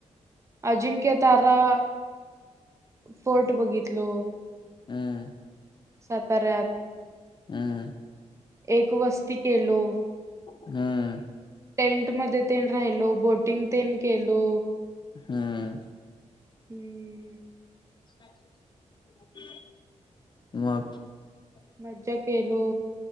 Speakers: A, on the right (about 25°); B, on the left (about 40°).
A: अजिंक्य तारा फोर्ट बघितलो.
B: हम्म
A: साताऱ्यात
B: हं
A: एक वस्ती केलो.
B: हम्म
A: टेंट मध्ये तेन राहिलो, बोटिंग तेन केलो.
B: हम्म
A: रिकामा ऑडिओ
B: रिकामा ऑडिओ मग
A: मज्जा केलो.